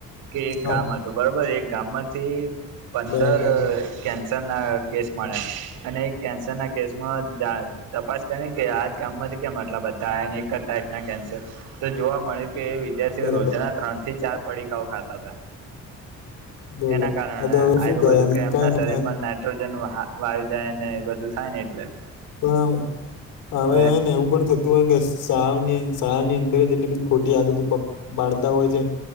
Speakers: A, on the right; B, on the left.
A: કે એક
B: હા
A: ગામ હતું બરોબર એક ગામમાંથી પંદર
B: બરાબર
A: કેન્સરના કેસ મળ્યા, અને કેન્સરના કેસમાં તપાસ કરી કે આજ ગામમાંથી કેમ આટલા બધાને એક જ ટાઈપના કેન્સર. તો જોવા મળ્યું કે એ વિદ્યાર્થીઓ
B: બરાબર
A: રોજના ત્રણ થી ચાર પડીકાઓ ખાતા હતા.
B: બોલો
A: એના કારણે
B: આ તો
A: આટલું
B: હવે શું કરવાનું
A: બધું કે એમના
B: કઈ ન
A: શરીરમાં
B: થાય
A: નાઈટ્રોજન વાયુ જાય ને એ બધું થાય ને એટલે.
B: પણ અવે
A: હવે
B: હેને ને એવું પણ થતું હોય કે શાળાની શાળાની અંદર જ કેટલીક ખોટી આદત હોય છે,